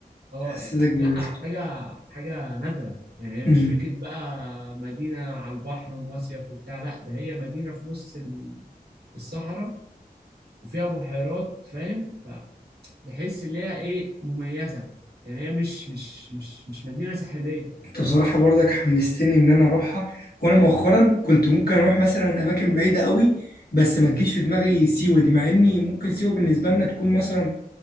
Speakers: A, on the right (about 90°); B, on the left (about 75°).
A: اه
B: تحسسك بالراحة
A: لا حاجة حاجة نادرة يعني هي مش
B: أمم.
A: فكرة بقى مدينة على البحر ومصيف وبتاع لا ده هي مدينة في نص ال- الصحراء وفيها بحيرات فاهم فتحس اللي هي ايه مميزة يعني هي مش مش مش مش مدينة ساحلية
B: أنت بصراحة برضك حمستني إن أنا أروحها وأنا مؤخرا كنت ممكن أروح مثلا أماكن بعيدة قوي بس ما تجيش في دماغي سيوة دي مع إني ممكن سيوة بالنسبة لنا تكون مثلا